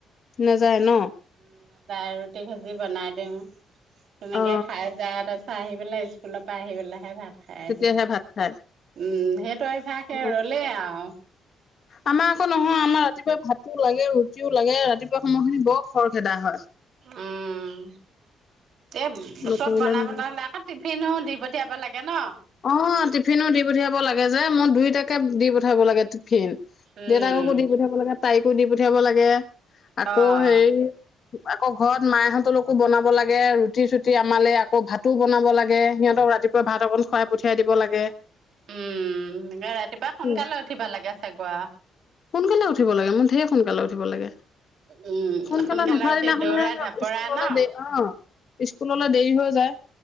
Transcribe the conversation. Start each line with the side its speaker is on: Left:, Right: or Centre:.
Left: নাযায় ন
Right: উ দাইল ৰুটি ভাজি বনাই দি <unintelligible> তেনেকে
Left: অ
Right: খাই যায় ত আ আহি পেলাই স্কুলৰ পৰা আহি পেলাইহে ভাত খ
Left: তেতিয়াহে
Right: সি
Left: ভাত খায়
Right: উম সেইটো এফা সে
Left: অ
Right: ৰলেই আৰু
Left: আমাৰ আকৌ নহয় আমাৰ ৰাতিপুৱা ভাতো লাগে ৰুটিও লাগে ৰাতিপুৱা সময়খিনি বৰ খৰ খেদা হয়
Right: উম এ
Left: নকৰিলে
Right: চব বনাবন
Left: নহয়
Right: হলে আকৌ টিফিনো দি পঠিয়াব লাগে ন
Left: অ টিফিনো দি পুঠিয়াব লাগে যে মই দুইটাকে দি পঠাব লাগে ফ
Right: উম
Left: দেউতাককো দি পুঠিয়াব লাগে তাইক কু দি পঠিয়াব লাগে আকৌ
Right: অ
Left: হেইৰি আকৌ ঘৰত মাহঁতলকো বনাব লাগে ৰুটি চুটি আমালে আকৌ ভাতো বনাব লাগে সিহঁতক ৰাতিপুৱা ভাত অকন <unintelligible> খুৱাই পঠিয়াই দিব লাগে
Right: উম, ৰাতিপুৱা সোনকালে
Left: স
Right: উঠিব লাগে চাগৈ আও।
Left: সোনকালে উঠিব লাগে মোৰ েৰ সোনকালে উঠিব লাগে
Right: উম,
Left: সোনকালে নুঠোৱা
Right: উঠি
Left: দিনাখনহে
Right: দৌৰা ঢাপৰা
Left: স্কুললৈ
Right: ন?
Left: দ আহ <unintelligible> স্কুললৈ দেৰি হৈ যায়।